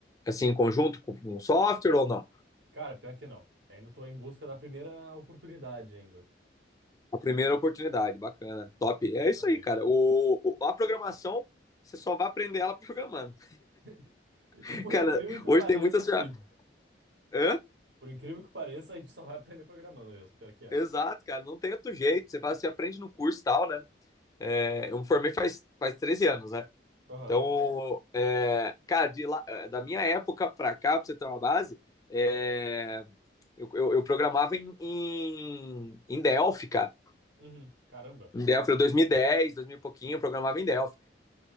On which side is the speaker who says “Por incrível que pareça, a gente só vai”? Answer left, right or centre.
Right